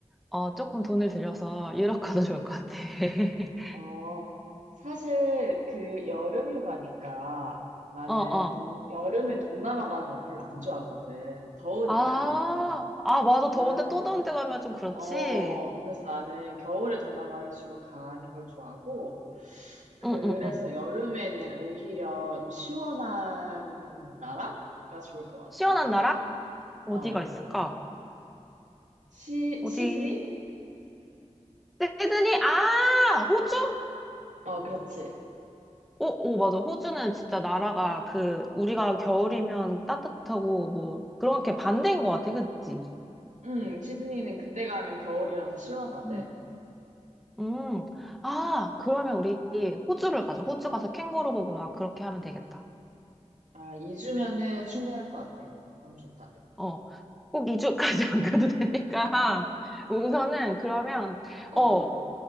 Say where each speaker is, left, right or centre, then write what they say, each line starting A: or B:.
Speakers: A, in the centre; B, on the right.
A: 어, 조금 돈을 들여서 유럽 가도 좋을 것 같아. <laughs>
B: 어, 사실 그 여름 휴가니까 나는
A: 어, 어.
B: 동, 여름에 동남아 가는 거 별로 안 좋아하거든. 더우니까.
A: 아, 아, 맞아.
B: 나는
A: 더운데 또 더운데 가면 좀 그렇지.
B: 어, 그래서 나는 겨울에 동남아를 주로 가는 걸 좋아하고, 그래서
A: 응, 응, 응.
B: 여름에는 오히려 좀 시원한 나라가 좋을 것
A: 시원한
B: 같아.
A: 나라? 어디가
B: 어,
A: 있을까?
B: 시,
A: 어디?
B: 시드니?
A: 시드니? 아, 호주?
B: 어, 그렇지.
A: 오, 오, 맞아. 호주는 진짜 나라가 그, 우리가 겨울이면 따뜻하고 뭐, 그런 게 반대인 것 같아. 그치?
B: 응, 시드니는 그때 가면 겨울이라서 시원하대.
A: 응. 음. 아, 그러면 우리 호주를 가자. 호주 가서 캥거루 보고 막 그렇게 하면 되겠다.
B: 아, 2주면은 충분할 것 같아. 너무 좋다.
A: 어. 꼭 2주까지 <laughs> 안 가도 되니까. <laughs> 우선은 그러면,
B: 어,
A: 어,